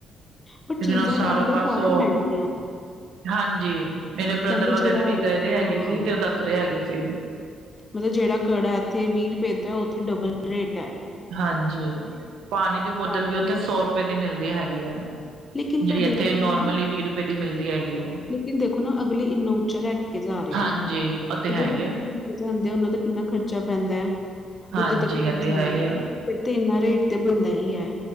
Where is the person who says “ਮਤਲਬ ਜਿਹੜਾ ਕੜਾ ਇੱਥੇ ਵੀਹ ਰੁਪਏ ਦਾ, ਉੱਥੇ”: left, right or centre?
Left